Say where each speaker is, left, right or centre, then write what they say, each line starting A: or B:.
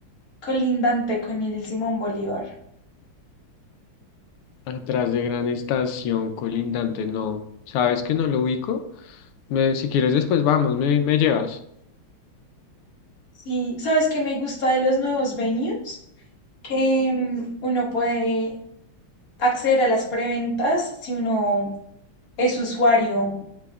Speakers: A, on the left (about 45°); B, on the left (about 85°).
A: colindante con el Simón Bolívar.
B: Atrás de Gran Estación, colindante, no. ¿Sabes que no lo ubico? Me, si quieres después vamos, me, me llevas.
A: Sí, ¿sabes qué me gusta de los nuevos venues? que mm, uno puede acceder a las preventas si uno es usuario,